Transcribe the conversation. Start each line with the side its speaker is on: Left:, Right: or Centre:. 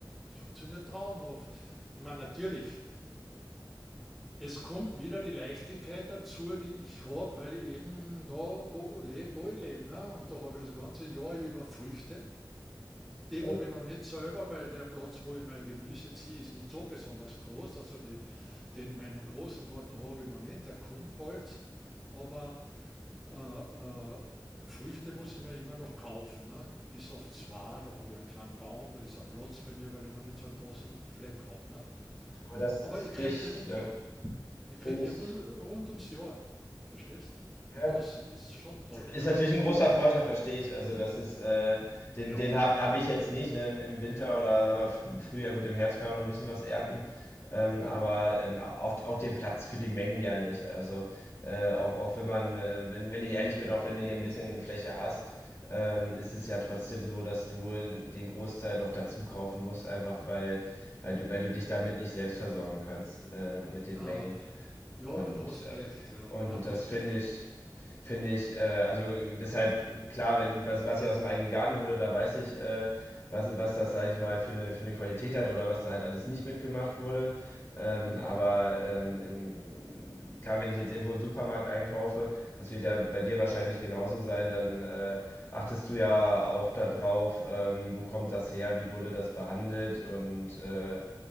Centre: Das funktioniert traumhaft. Ich meine, natürlich, es kommt wieder die Leichtigkeit dazu, die ich habe, weil ich eben da wo lebe, wo ich lebe. Ne? Und da habe ich das ganze Jahr über Früchte. Die
Left: Also,
Centre: habe ich noch nicht selber, weil der Platz, wo ich mein Gemüse ziehe, ist nicht so besonders groß. Also den, den meinen großen Garten habe ich noch nicht, der kommt bald. Aber äh, Früchte muss ich mir immer noch kaufen. Ne? Bis auf zwei, da habe ich einen kleinen Baum, da ist ein Platz bei mir, weil ich noch nicht so einen großen Fleck habe. Ne?
Left: aber das,
Centre: Aber
Left: das
Centre: ich
Left: finde
Centre: kriege
Left: ich,
Centre: die runter.
Left: ja,
Centre: Ich krieg
Left: finde
Centre: die
Left: ich,
Centre: Ruhe rund ums Jahr, verstehst? Und
Left: ja,
Centre: das ist schon toll,
Left: Ist
Centre: ne?
Left: natürlich ein großer Vorteil, verstehe ich. Also, das ist, äh, den,
Centre: Ja.
Left: den habe hab ich jetzt nicht, ne? Im, im Winter oder sagen wir, fr früher, gut, im Herbst kann man noch ein bisschen was ernten, ähm,
Centre: Ja,
Left: aber ähm, auch, auch den Platz für die Mengen ja nicht. Also, äh, auch, auch wenn man, äh, wenn, wenn ich ehrlich bin, auch wenn du hier ein bisschen Fläche hast, ähm, ist es ja trotzdem so, dass du den Großteil doch dazu kaufen musst, einfach weil, weil du, weil du dich damit nicht selbst versorgen kannst, äh, mit den
Centre: äh,
Left: Mengen.
Centre: ja
Left: Und,
Centre: du hast
Left: äh,
Centre: recht, ja.
Left: und
Centre: Na, du
Left: das
Centre: hast
Left: finde
Centre: recht.
Left: ich finde ich, äh, also deshalb, klar, wenn, was, was ich aus dem eigenen Garten hole, da weiß ich, äh, was, was das, sage ich mal, für eine, für eine Qualität hat oder was da halt alles nicht mitgemacht wurde. Ähm,
Centre: Hm.
Left: aber ähm, im, klar, wenn ich jetzt irgendwo im Supermarkt einkaufe, das wird ja bei dir wahrscheinlich genauso sein, dann äh, achtest du ja auch darauf, ähm, wo kommt das her, wie wurde das behandelt und äh,